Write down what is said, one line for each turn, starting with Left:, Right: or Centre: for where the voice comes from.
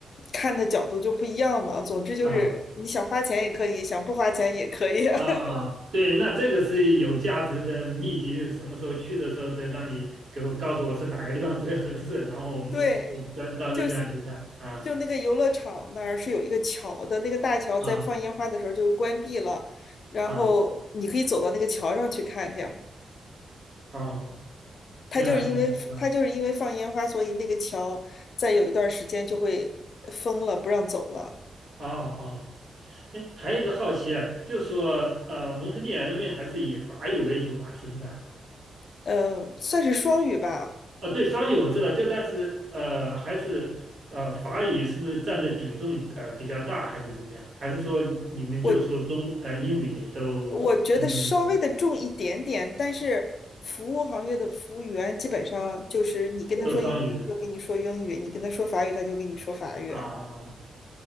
Left: 看的角度就不一样嘛。总之就是你想花钱也可以，
Right: 啊
Left: 想不花钱也可以。<laughs>
Right: 啊啊，对，那这个是有价值的秘籍，什么时候去的时候得让你给我告诉我是哪个地方最合适，然后我们到到那地方去看。
Left: 对，就
Right: 啊
Left: 就那个游乐场那儿是有一个桥的，那个大桥在放烟花的时候就关闭了，
Right: 啊
Left: 然后你可以走到那个桥上去看去。
Right: 啊啊，挺好挺好。
Left: 它就是因为它就是因为放烟花，所以那个桥在有一段时间就会封了，不让走了。
Right: 啊哦哦。哎，还有一个好奇啊，就说呃，蒙特利尔那边还是以法语为主吧，是不是啊？
Left: 嗯，算是双语吧。
Right: 呃，对，双语我知道，就但是呃，还是呃，法语是不是占的比重呃比较大，还是怎么样？还是说你们就说中呃英语也都都没问题，
Left: 我我觉得稍微的重一点点，但是服务行业的服务员基本上就是你跟他说英语，
Right: 都双语的
Left: 他就跟你说英语；你跟他说法语，他就跟你说法语。
Right: 啊？